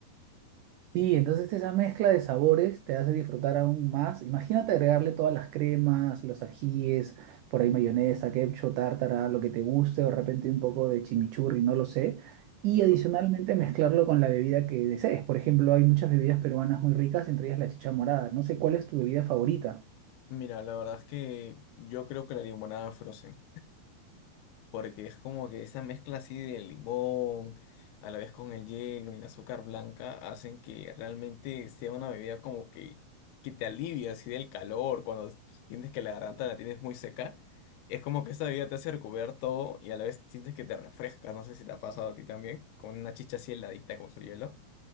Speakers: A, on the right; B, on the left.
A: Sí,
B: Y,
A: entonces esa mezcla de sabores te hace disfrutar aún más. Imagínate agregarle todas las cremas, los ajíes, por ahí mayonesa, ketchup, tártara, lo que te guste, o de repente un poco de chimichurri, no lo sé. Y
B: claro.
A: adicionalmente mezclarlo con la bebida que desees. Por ejemplo, hay muchas bebidas peruanas muy ricas, entre ellas la chicha morada. No sé cuál es tu bebida favorita.
B: Mira, la verdad es que yo creo que la limonada Frozen. porque es como que esa mezcla así de limón, a la vez con el hielo y el azúcar blanca, hacen que realmente sea una bebida como que, que te alivia así del calor, cuando sientes que la garganta la tienes muy seca, es como que esa bebida te hace recuperar todo y a la vez sientes que te refresca, no sé si te ha pasado a ti también, con una chicha así heladita con su hielo.